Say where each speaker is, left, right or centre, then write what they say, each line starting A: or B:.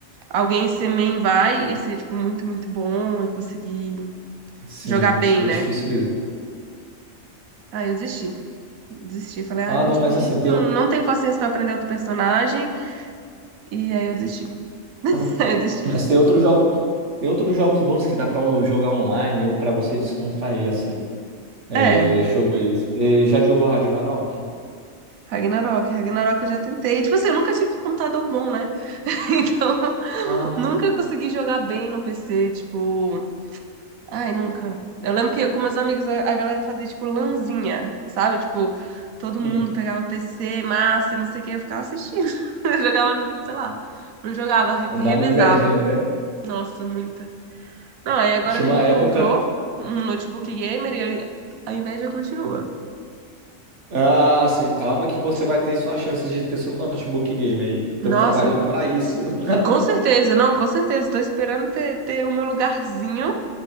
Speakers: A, on the right; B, on the right.
A: alguém ser main vai e ser, tipo, muito, muito bom e conseguir
B: Sim,
A: jogar bem,
B: sim, é
A: né?
B: difícil mesmo.
A: Aí eu desisti. Desisti. Falei, ah,
B: Ah,
A: é muito
B: não, mas
A: difícil.
B: assim, tem, o-
A: Não tenho paciência pra aprender outro personagem. E aí eu desisti. <laughs>
B: <clears throat>
A: Aí eu desisti.
B: mas tem outro jogo, tem outros jogos bons que dá pra jogar online ou pra você descontrair, assim. É,
A: É,
B: deixa eu ver. Você já jogou Ragnarok?
A: Ragnarok. Ragnarok eu já tentei. Tipo assim, eu nunca tive um computador bom, né? <laughs> Então,
B: Ah,
A: nunca consegui jogar bem no PC. Tipo, Ai, nunca. Eu lembro que com meus amigos a, a galera fazia tipo lanzinha, sabe? Tipo, todo
B: hum.
A: mundo pegava o PC, massa, não sei o que, eu ficava assistindo. <laughs> Eu jogava, no- sei lá, não jogava, re- revezava.
B: Dá uma invejinha, né?
A: Nossa, muita. Não, aí agora
B: Tinha
A: minha
B: uma
A: irmã
B: época.
A: comprou um notebook gamer e aí a inveja continua.
B: Ah, sim, calma que você vai ter sua chance de ter seu notebook game aí. Estamos
A: Nossa,
B: trabalhando pra isso. <laughs>
A: com certeza, não, com certeza. Tô esperando ter, ter o meu lugarzinho